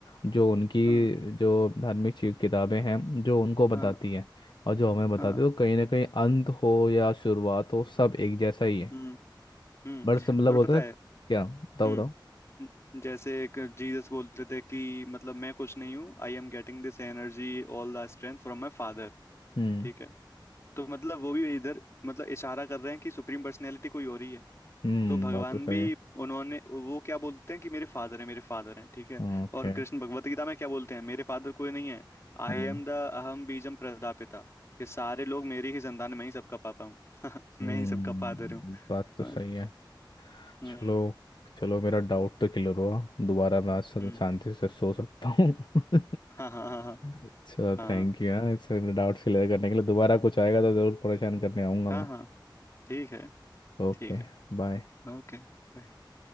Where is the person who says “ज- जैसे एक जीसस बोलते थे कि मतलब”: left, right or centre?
Left